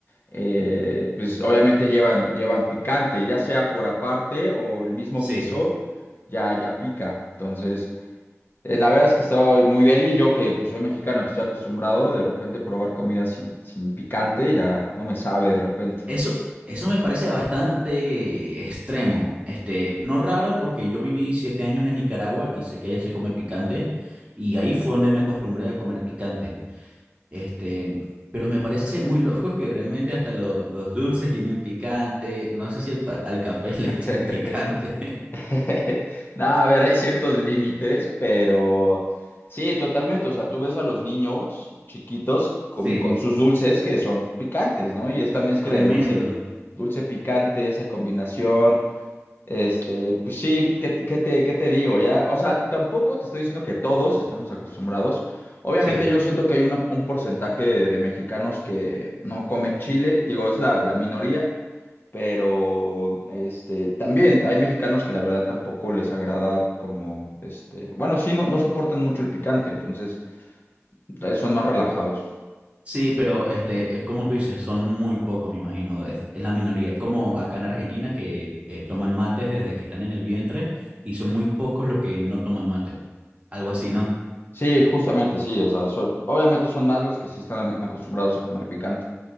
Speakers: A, on the left; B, on the right.
A: eh, pues obviamente llevan, llevan picante, ya sea por aparte o el mismo
B: Sí,
A: guiso, ya, ya pica. Entonces, eh, la verdad es que estoy muy deli, yo que pues, soy mexicano, que estoy acostumbrado de repente probar comida sin, sin picante, ya no me sabe de repente.
B: eso, eso me parece bastante extremo. Este, no raro porque yo viví siete años en Nicaragua y sé que allá se come picante. Y ahí fue donde me acostumbré a comer picante. Este, pero me parece muy loco que realmente hasta lo- los dulces tienen picante. No sé si al, pa- al café <laughs> le
A: <laughs>
B: echan picante.
A: <laughs> Nada, a ver, hay ciertos límites, pero sí, totalmente. O sea, tú ves a los niños chiquitos con,
B: Sí,
A: con sus dulces que son picantes, ¿no? Y esta mezcla
B: tremendo.
A: de dulce, dulce picante, esa combinación. Este, pues sí, ¿qué, te, qué te qué te digo? Ya, o sea, tampoco te estoy diciendo que todos estamos acostumbrados. Obviamente
B: Sí,
A: yo siento que hay una- un porcentaje de, de mexicanos que no come chile, digo, es la, la minoría, pero este, también hay mexicanos que la verdad tampoco les agrada como, este, bueno, sí, no, no soportan mucho el picante, entonces eh, son más relajados.
B: sí, pero este, es como tú dices, son muy pocos, me imagino. Es, es la minoría. Es como acá en Argentina que eh, toman mates desde que están en el vientre y son muy pocos los que no toman mate. Algo así, ¿no?
A: Sí, justamente sí, o sea, son, obviamente son más los que sí están acostumbrados a comer picante.